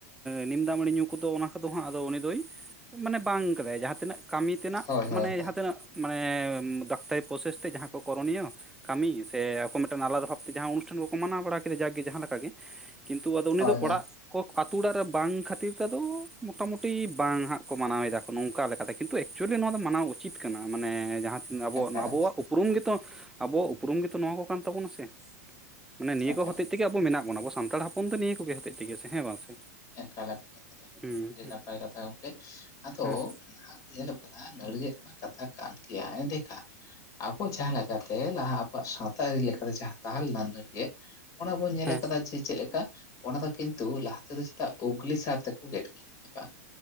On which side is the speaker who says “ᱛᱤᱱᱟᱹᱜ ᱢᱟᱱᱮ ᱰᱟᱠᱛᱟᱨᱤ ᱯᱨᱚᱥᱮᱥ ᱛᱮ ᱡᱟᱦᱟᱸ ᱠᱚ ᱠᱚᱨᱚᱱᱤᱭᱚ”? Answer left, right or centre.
Centre